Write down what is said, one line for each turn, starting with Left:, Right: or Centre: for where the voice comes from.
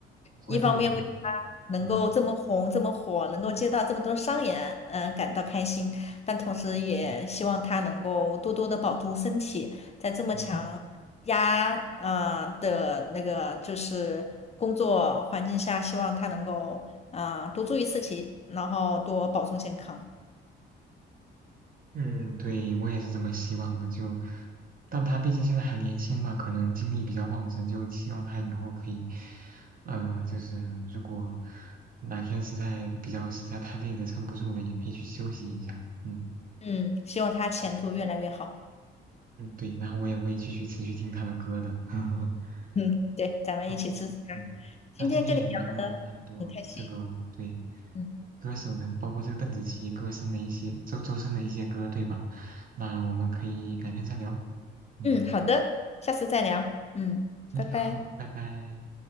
Right: 不会累的，
Left: 一方面为他能够这么红、
Right: 嗯
Left: 这么火，能够接到这么多商演，嗯、感到开心，但同时也希望他能够多多的保重身体，在这么强压啊、
Right: 嗯。
Left: 呃的那个就是工作环境下，希望他能够啊、呃多注意自己，然后多保重健康。
Right: 嗯，对，我也是这么希望的。就，但他毕竟现在还年轻嘛，可能精力比较旺盛，就希望他以后可以，呃，就是如果哪天实在比较实在太累了，撑不住了，也可以去休息一下。嗯
Left: 嗯，希望他前途越来越好。
Right: 嗯，嗯对，然后我也会继续持续听他的歌的。<laughs>
Left: 嗯，对，咱们一起支持他。
Right: 好，嗯，
Left: 今天跟你聊得很开心。
Right: 那今天也聊了很多这个对
Left: 嗯
Right: 歌手呢，包括这个邓紫棋歌声的一些周周深的一些歌，对吧？那我们可以改天再聊。嗯。
Left: 嗯，好的，下次再聊。嗯，
Right: 嗯，
Left: 拜拜。
Right: 好，拜拜。